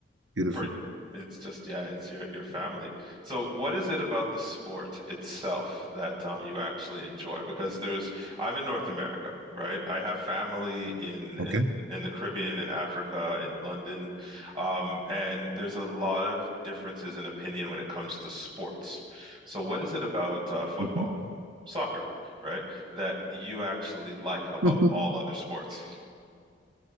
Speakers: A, on the right (about 90°); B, on the right (about 25°).
A: beautiful.
B: For it's just yeah, it's your your family. So what is it about the sport itself that um you actually enjoy? Because there's I'm in North America, right? I have family in in
A: Okay.
B: in the Caribbean, in Africa, in London, um, and there's a lot of differences in opinion when it comes to sports. So what is it about uh, football,
A: Mhm.
B: soccer, right, that you actually like above
A: <laughs>
B: all other sports?